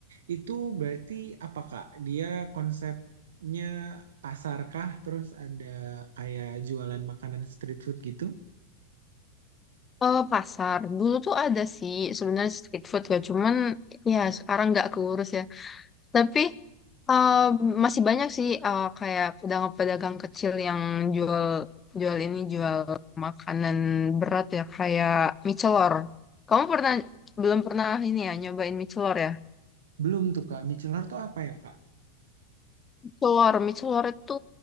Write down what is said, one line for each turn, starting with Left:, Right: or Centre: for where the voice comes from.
Right: itu berarti apa, Kak? Dia konsepnya pasarkah? Terus ada kayak jualan makanan street food gitu?
Left: Eh, pasar dulu tuh ada sih sebenarnya street food ya cuman ya sekarang nggak keurus ya tapi eh, masih banyak sih eh, kayak pedagang-pedagang kecil yang jual jual ini jual makanan berat ya kayak mie celor kamu pernah belum pernah ini ya nyobain mie celor ya
Right: Belum tuh Kak, micellar tuh apa ya Kak?
Left: celor mie celor itu